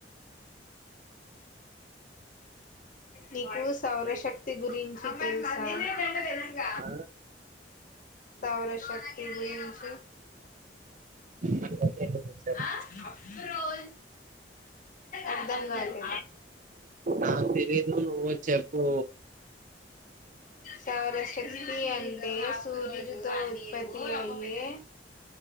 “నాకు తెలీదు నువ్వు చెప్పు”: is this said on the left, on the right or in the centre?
Right